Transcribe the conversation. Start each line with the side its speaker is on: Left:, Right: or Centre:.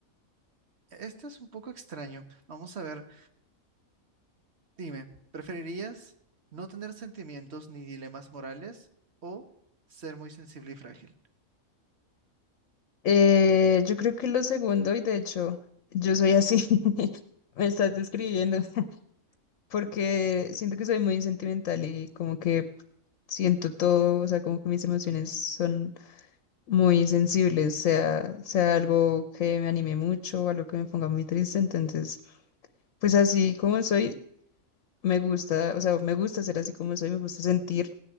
Right: Este es un poco extraño. Vamos a ver, dime, ¿preferirías no tener sentimientos ni dilemas morales o ser muy sensible y frágil?
Left: Eh, yo creo que lo segundo, y de hecho, yo soy así. <laughs> Me estás describiendo. porque siento que soy muy sentimental y como que siento todo, o sea, como que mis emociones son muy sensibles, sea, sea algo que me anime mucho, algo que me ponga muy triste, entonces, pues así como soy, me gusta, o sea, me gusta ser así como soy, me gusta sentir